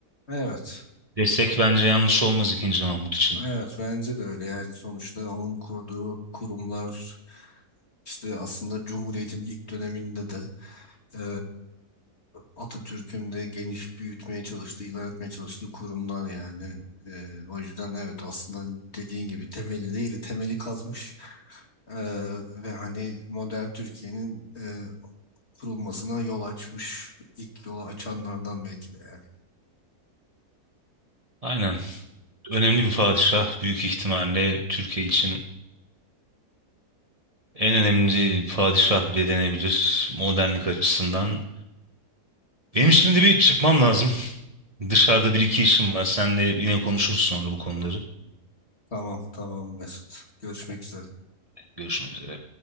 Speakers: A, on the left; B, on the right.
A: Evet.
B: desek bence yanlış olmaz 2. Mahmut için.
A: Evet bence de öyle yani sonuçta onun kurduğu kurumlar işte aslında Cumhuriyet'in ilk döneminde de Eee, Atatürk'ün de geniş büyütmeye çalıştığı, ilerletmeye çalıştığı kurumlar yani. Eee, o yüzden evet aslında dediğin gibi temeli değil, temeli kazmış Eee, ve hani modern Türkiye'nin eee, kurulmasına yol açmış, ilk yolu açanlardan belki de yani.
B: Aynen. Önemli bir padişah büyük ihtimalle Türkiye için En önemli padişah bile denebilir modernlik açısından. Benim şimdi bir çıkmam lazım. Dışarıda bir iki işim var. Senle yine konuşuruz sonra bu konuları.
A: Tamam, tamam Mesut. Görüşmek üzere.
B: Görüşmek üzere.